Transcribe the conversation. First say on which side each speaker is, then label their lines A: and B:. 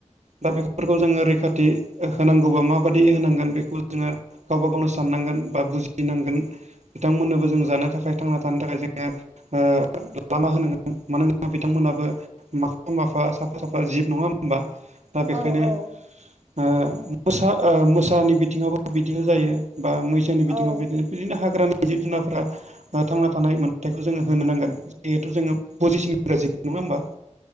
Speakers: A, on the right; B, on the right.
A: दा बेफोरखौ जोङो रैखाथि होनांगौबा माबायदि होनांगोन बेखौ जोंहा गावबा गावनो साननांगोन बा बुजिनांगोन बिथांमोननोबो जोङो जानो थाखाय थांना थानो थाखाय जोङो ओ लामा होनांगोन। मानोना बिथांमोनाबो माफा माफा साफा साफा जिब नङा होनबा। दा बेखायनो
B: औ औ
A: ओ मोसा ओ मोसानि बि बिथिङावबो बिदिनो जायो बा मैसोनि बिथिङाव
B: औ
A: बिदिनो। बिदिनो हाग्रानि जिब जुनारफ्रा बा थांना थानाय मोन्थायखौ जोङो होनो नांगोन जिहेथु जोङो बुजिसिनग्रा जिब। नङा होमबा?